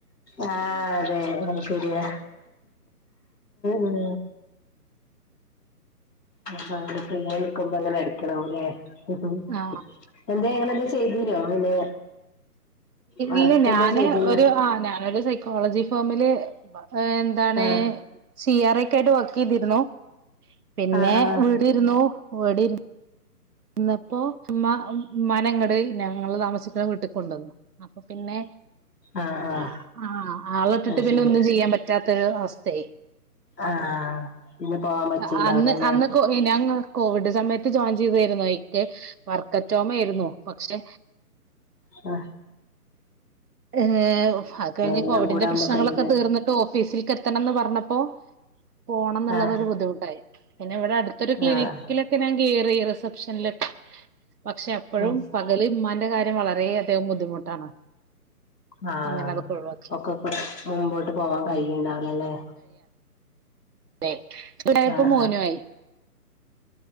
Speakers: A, on the left; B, on the right.
A: ആഹ് അതെ അത് ശരിയാ ഉം ആ ഫ്രീയായിരിക്കുമ്പ അങ്ങനെ അരക്കണം അല്ലെ കിട്ടും
B: ആ
A: എന്തേ ഇങ്ങന എന്തേൽ ചെയ്തീനോ പിന്നെ വർക്ക്
B: ഇല്ല ഞാന്
A: എന്തേ ചെയ്തീനോ
B: ഒരു ആ ഞാനൊരു സൈക്കോളജി ഫോമില് വ ആ എന്താണ്
A: ആഹ്
B: ഈ സി ആർ എ ക്കായ്റ്റ വർക്ക് ചെയ്തിരുന്നു പിന്നെ
A: ആഹ് ആഹ്
B: ഇവിടിരുന്നു ഇവിടെ ഇരി ഇന്നപ്പോ ഹ്‌മ്മാ ഉമ്മാനെ ഇങ്ങട് ഞങ്ങള് താമസിക്കണ വീട്ടിക്കൊണ്ടുവന്നു അപ്പൊ പിന്നെ
A: ആഹ് ആഹ്
B: അ ആ ആള ഇട്ടിട്ട്
A: അത്
B: പിന്നെ
A: ശരി
B: ഒന്നും ചെയ്യാൻ പറ്റാത്തൊരു അവസ്ഥയായ്
A: ആഹ് പിന്നെ പോവാൻ പറ്റിണ്ടാവൂലല്ലേ
B: അ അന്ന് അന്ന്ക്കോയി നങ്ങ് കോവിഡ് സമയത്ത് ജോയിൻ ചെയ്തതായിരുന്നു എനിക്ക് വർക്കറ്റ് ഹോമായിരുന്നു പക്ഷെ
A: അ
B: ഏ ഒ അത് കഴിഞ്ഞ്
A: എല്ലാം
B: കോവിഡിന്റെ
A: കൂടെ ആവുമ്പോ
B: പ്രശ്നങ്ങളൊക്ക
A: കഴിയൂല
B: തീർന്നിട്ട് ഓഫീസില് ക്കെത്തണംന്ന് പറഞ്ഞപ്പോ പോണം ന്ന്ള്ളത്
A: ആഹ്
B: ഒരു ബുദ്ധിമുട്ടായി പിന്നെ ഇവിടെ അടുത്തൊരു ക്ലിനിക്കിലൊക്കെ
A: ആഹ്
B: ഞാൻ കേറി ഇറസ് പക്ഷെ അൺലക്ക് പക്ഷേ അപ്പൊഴും
A: ഉം
B: പകല് ഉമ്മാനെ ൻ്റെ കാര്യം വളരെ അധികം ബുദ്ധിമുട്ടാണ്
A: ആഹ്
B: അങ്ങനെ അതൊക്കെ ഒഴിവാക്കി
A: ഒക്ക കൂടെ മുമ്പോട്ട് പോവാൻ കഴിയണ്
B: ഉം
A: ണ്ടാവലല്ലേ
B: അതെ കുറച്ചു കൂടെ ആയപ്പ
A: ആഹ്
B: മോനും ആയി